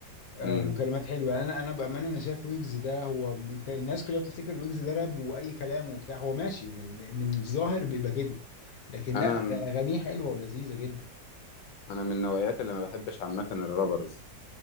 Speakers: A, on the left; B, on the left.
A: آه،
B: امم
A: وكلمات حلوه يعني انا انا بامانه انا شايف ويجز ده هو انت الناس كلها بتفتكر ويجز ده راب واي كلام وبتاع هو ماشي من من الظاهر بيبقى كده لكن
B: انا
A: لا أغ- اغانيه حلوه ولذيذه جدا
B: انا من النوعيات اللي ما بحبش عامه الرابرز